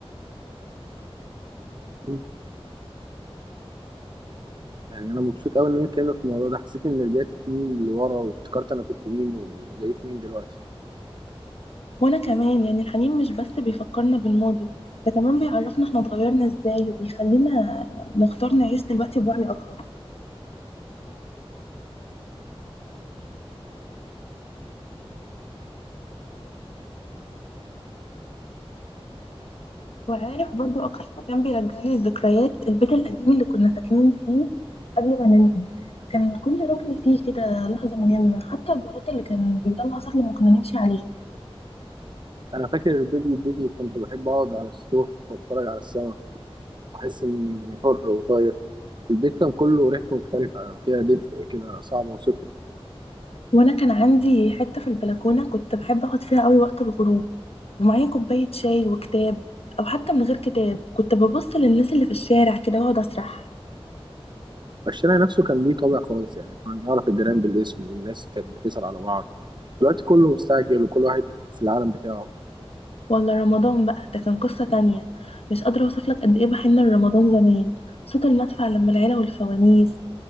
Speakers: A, on the right; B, on the left.
A: مم. يعني انا مبسوط قوي ان انا اتكلمت في الموضوع ده حسيت ان رجعت سنين لورا وافتكرت انا كنت مين وبقيت مين دلوقتي
B: وانا كمان يعني الحنين مش بس بيفكرنا بالماضي ده كمان بيعرفنا احنا اتغيرنا ازاي وبيخلينا نختار نعيش دلوقتي بوعي اكتر وعارف برضو اكتر كان بيرجعلي الذكريات البيت القديم اللي كنا ساكنين فيه قبل ما ننقل كان كل ركن فيه كده لحظة مهمة حتى البلاط اللي كان بيطلع صوت لما كنا نمشي عليه
A: انا فاكر بدري بدري كنت بحب اقعد على السطوح واتفرج على السما واحس اني حر وطاير البيت كان كله ريحته مختلفه فيها دفء كده صعب اوصفه
B: وانا كان عندي حتة في البلكونة كنت بحب اقعد فيها قوي وقت الغروب ومعايا كوباية شاي وكتاب او حتى من غير كتاب كنت ببص للناس اللي في الشارع كده واقعد اسرح
A: الشارع نفسه كان ليه طابع خلاص يعني كنا نعرف الجيران بالاسم والناس كانت بتسأل على بعض دلوقتي كله مستعجل وكل واحد في العالم بتاعه
B: ولا رمضان بقى ده كان قصة تانية مش قادرة أوصف لك قد إيه بحن لرمضان زمان صوت المدفع لما العيلة والفوانيس